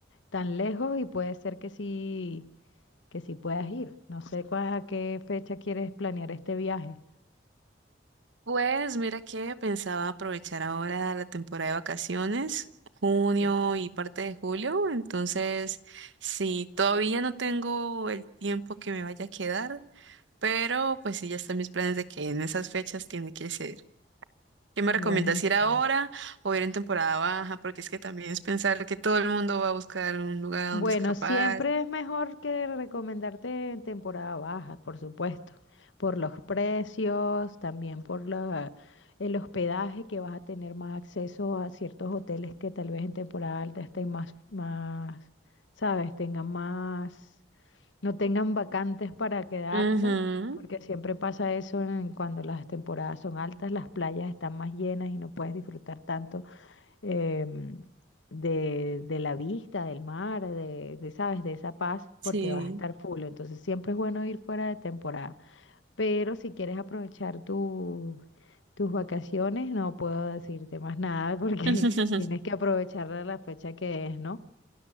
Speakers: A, on the left (about 85°); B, on the right (about 80°).
A: tan lejos y puede ser que sí, que sí puedas ir. No sé cuál- a qué fecha quieres planear este viaje.
B: Pues mira que pensaba aprovechar ahora la temporada de vacaciones, junio
A: Sí.
B: y parte de julio, entonces sí, todavía no tengo el tiempo que me vaya a quedar, pero pues sí, ya están mis planes de que en esas fechas tiene que ser. ¿Qué me
A: Buenísimo.
B: recomiendas ir ahora o ir en temporada baja? Porque es que también es pensar que todo el mundo va a buscar un lugar a
A: Bueno,
B: donde escapar.
A: siempre es mejor que recomendarte en temporada baja, por supuesto, por los precios, también por la- el hospedaje que vas a tener más acceso a ciertos hoteles que tal vez en temporada alta estén más, más, sabes, tengan más, no tengan vacantes para quedarse,
B: Ujú,
A: porque siempre pasa eso en- cuando las temporadas son altas, las playas están más llenas y no puedes disfrutar tanto em, de, de la vista, del mar, de, de, ¿sabes? De esa paz, porque
B: sí.
A: vas a estar full. Entonces siempre es bueno ir fuera de temporada. Pero si quieres aprovechar tu- tus vacaciones, no puedo decirte más nada porque
B: <laughs>
A: <laughs> tienes que aprovechar la fecha que es, ¿no?